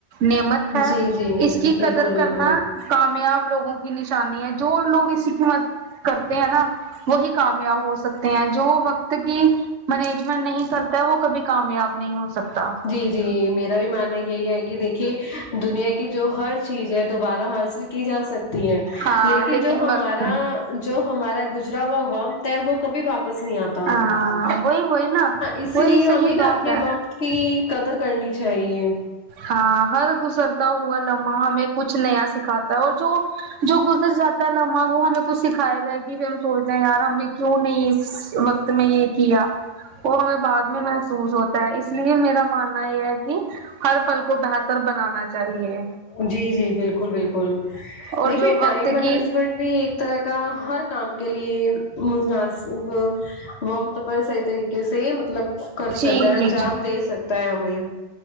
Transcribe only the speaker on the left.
جی جی
بالکل
بالکل
جی جی میرا ماننا یہی ہے کہ دیکھیے دنیا کی جو ہر چیز ہے دوبارہ حاصل کی جا سکتی ہے
لیکن جو ہمارا
جو ہمارا گزرا ہوا وقت ہے وہ کبھی واپس نہیں آتا ہے
اسی
لیے
ہمیں نا
اپنے
وقت کی قدر کرنی چاہیے
جی جی بالکل بالکل
دیکھیے
ٹائم مینجمنٹ
بھی ایک طرح کا ہر کام کے لے مناسب وقت پر صحیح طریقے سے مطلب کر
سکتا ہے انجام
دے سکتا ہے ہمیں